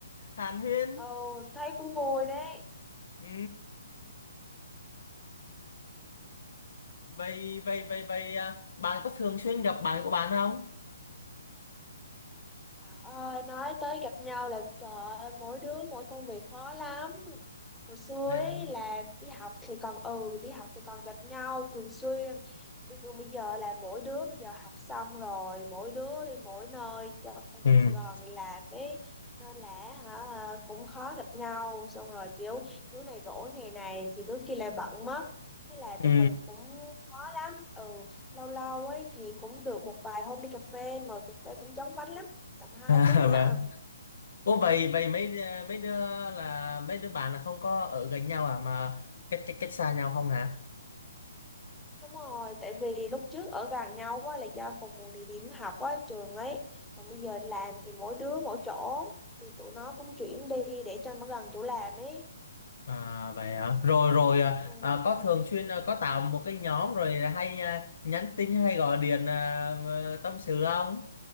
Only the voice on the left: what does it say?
hàn huyên
ừ. vậy vậy vậy vậy à, bạn có thường xuyên gặp bạn của bạn không
Vậy
à.
ừ
ừ
<laughs> À,
vâng ủa vậy vậy mấy ờ, mấy đứa là mấy đứa bạn là không có ở gần nhau à mà cách cách cách xa nhau không hả?
À vậy hả? Rồi rồi à,
à, có thường xuyên à, có tạo một cái nhóm rồi hay à, nhắn tin hay gọi điện à, mà tâm sự không?